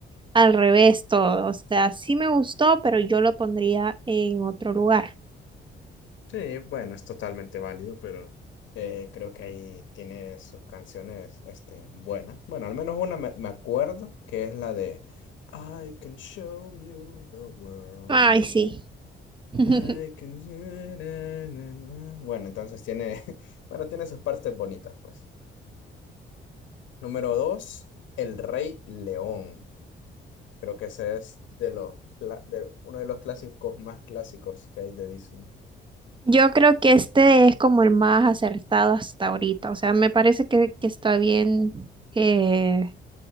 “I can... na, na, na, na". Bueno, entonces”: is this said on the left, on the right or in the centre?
Left